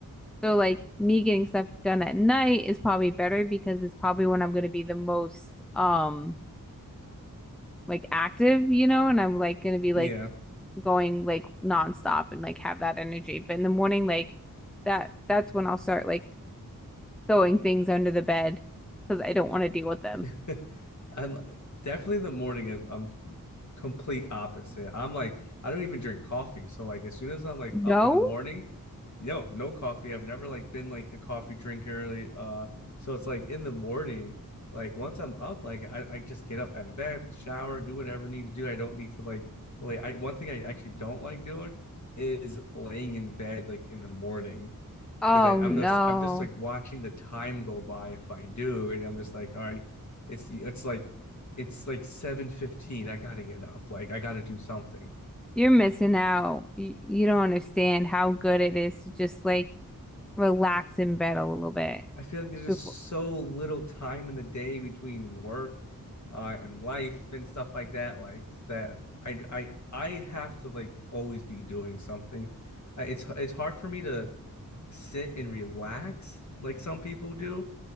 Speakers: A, in the centre; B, on the left.
A: So like me getting stuff done at night is probably better because it's probably when I'm gonna be the most um like active, you know, and I'm like gonna be like
B: Yeah,
A: going like nonstop and like have that energy. But in the morning, like that that's when I'll start like throwing things under the bed because I don't want to deal with them.
B: <laughs> I'm definitely the morning. I'm, I'm complete opposite. I'm like I don't even drink coffee, so like as soon as I'm like
A: No?
B: up in the morning, no, no coffee. I've never like been like a coffee drinker. like, Uh, so it's like in the morning, like once I'm up, like I, I just get up out of bed, shower, do whatever I need to do. I don't need to like like I one thing I actually don't like doing is laying in bed like in the morning.
A: Oh
B: because I'm
A: no.
B: just I'm just like watching the time go by if I do, and I'm just like, all right, it's it's like it's like 7:15. I gotta get up. Like I gotta do something. <laughs>
A: You're missing out. You, you don't understand how good it is to just like relax in bed a little bit
B: I feel like there's just
A: before,
B: so little time in the day between work uh, and life and stuff like that. Like that, I I I have to like always be doing something. Uh, It's it's hard for me to sit and relax like some people do.